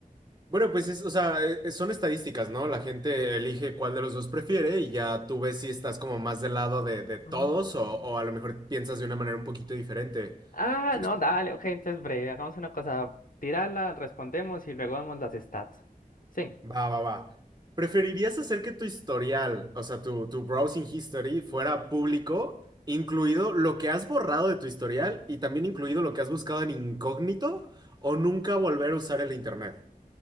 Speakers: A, on the right; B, on the left.
A: Bueno, pues es, o sea, eh, son estadísticas, ¿no? La gente elige cuál de los dos prefiere y ya tú ves si estás como más del lado de, de todos
B: Mm.
A: o, o a lo mejor piensas de una manera un poquito diferente.
B: Ah,
A: ¿Quieres
B: no,
A: jugar?
B: dale, ok, entonces breve, hagamos una cosa. Tírala, respondemos y luego vemos las stats. Sí.
A: Va, va, va. ¿Preferirías hacer que tu historial, o sea, tu, tu browsing history, fuera público, incluido lo que has borrado de tu historial y también incluido lo que has buscado en incógnito, o nunca volver a usar el internet?